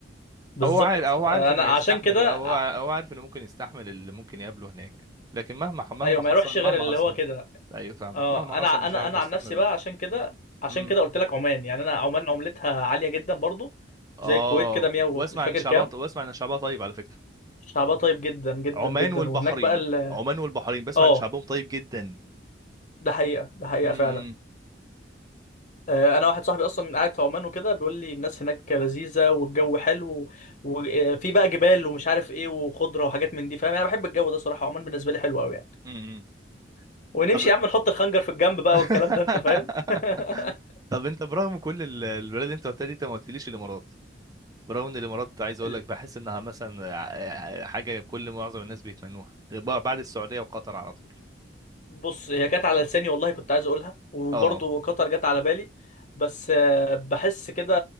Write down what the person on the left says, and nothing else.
بالظبط
آه،
انا عشان
كده
ع-
ايوه ما
يروحش غير
اللي
هو كده
اه
انا ع-
انا
انا
عن نفسي بقى عشان كده عشان
كده قلت لك عمان يعني انا عمان عملتها عاليه جدا برضو
زي الكويت كده 100 ومش
فاكر
كام
شعبها طيب جدا جدا
جدا
وهناك بقى ال
اه
ده حقيقة ده حقيقة
فعلا
آه، أنا واحد صاحبي أصلا قاعد في عمان وكده بيقول لي الناس هناك لذيذة والجو حلو وفي بقى جبال ومش عارف إيه وخضرة وحاجات من دي فاهم أنا بحب الجو ده صراحة عمان بالنسبة لي حلو أوي يعني
ونمشي
يا عم نحط الخنجر في الجنب بقى
والكلام ده أنت فاهم <laughs>
ال-
بص هي جت على لساني والله كنت عايز أقولها وبرضه
قطر جت على بالي بس آه، بحس كده